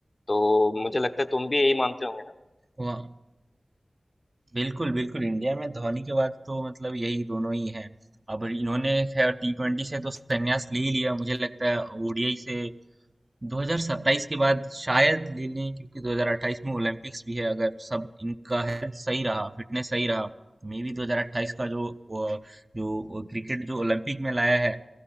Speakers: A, on the left (about 50°); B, on the right (about 40°).
A: तो मुझे लगता है तुम भी यही मानते होंगे ना
B: हाँ बिल्कुल बिल्कुल इंडिया में धोनी के बाद तो मतलब यही दोनों ही हैं अब इन्होंने खैर टी ट्वेंटी से तो संन्यास ले ही लिया मुझे लगता है ओडीआई से 2027 के बाद शायद ले लें क्योंकि 2028 में ओलंपिक्स भी है अगर सब इनका हेल्थ सही रहा फिटनेस सही रहा तो मे बी 2028 का जो वो- जो क्रिकेट जो ओलंपिक में लाया है